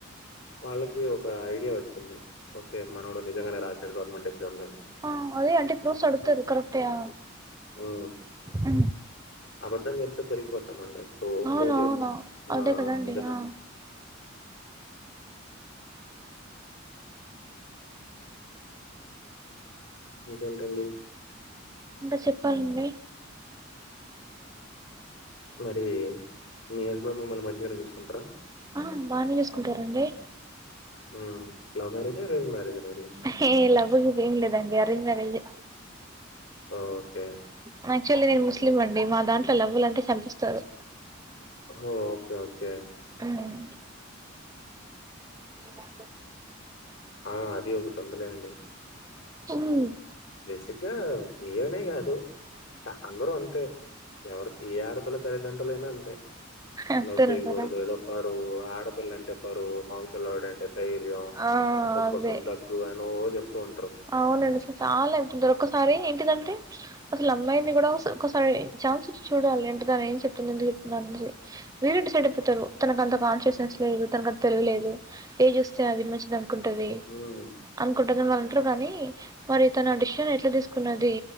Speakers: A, on the left; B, on the right.
A: వాళ్ళకి ఒక ఐడియా వచ్చింది వచ్చింది ఓకే మనోడు నిజంగానే రాశాడు గవర్నమెంట్ ఎగ్జామ్స్ అన్ని
B: ఆ అదే అంటే ఫ్రూప్స్ అడుగుతారు కరెక్టే ఆ
A: హ్మ్
B: హు
A: అబద్ధం చెప్తే దొరికిపోతామండి ప్రూ
B: అవును
A: ప్రూవ్ చేస్తే
B: అవును
A: ఆ
B: అదే కదండి
A: అందుకని
B: ఆ
A: ఇంకేంటండి
B: ఇంకా చెప్పాలండి
A: మరి మీ హస్బెండ్ మిమ్మల్ని మంచిగానే చూసుకుంటారా
B: ఆ బాగానే చేసుకుంటా రండి
A: హమ్ లవ్ మ్యారేజ్ ఆ ఆరెంజ్ మ్యారేజ్ ఆ మరి
B: హే లవ్ గివ్వు ఏం లేదండి అరేంజ్ మరేజ్ ఏ
A: అ ఓకే
B: ఉమ్ యాక్చువల్లీగా నేను ముస్లిం అండి మా దాంట్లో లవ్వులు అంటే చంపేస్తారు
A: ఓ ఓకే ఓకే
B: ఉమ్ <inaudible>
A: ఆ అది ఒకటి ఉందిలెండి
B: అ <unintelligible>
A: బేసిగ్గా మీరనే కాదు చ అందరూ అంతే ఎవరు ఏ ఆడపిల్ల తల్లిదండ్రులైనా అంతే
B: అంతేనంటారా
A: లవ్ చేయకూడదు ఏదో పరువు ఆడపిల్ల అంటే పరువు మగపిల్లాడు అంటే ధైర్యం
B: ఆ
A: ఉబ్బసం
B: అదే
A: దగ్గు అని వో చెప్తూ ఉంటారు
B: అవునండి అసలు చాలా అయితుంది ఒక్కసారి ఏంటిదంటే అసలు అమ్మాయిని కూడా ఒకసారి ఛాన్స్ ఇచ్చి చూడాలి అంటే తను ఏం చెప్తుంది ఏందుకు చెప్తుందో అనేసి వీళ్ళే డిసైడ్ అయిపోతారు తనకు అంత కాన్సియస్నెస్ లేదు తనకు అంత తెలివి లేదు ఏది చూస్తే అది మంచిదని అనుకుంటాది
A: ఉమ్
B: అనుకుంటది వాళ్ళ ఇంట్లో కానీ మరి తన డిసిషన్ తీసుకున్నది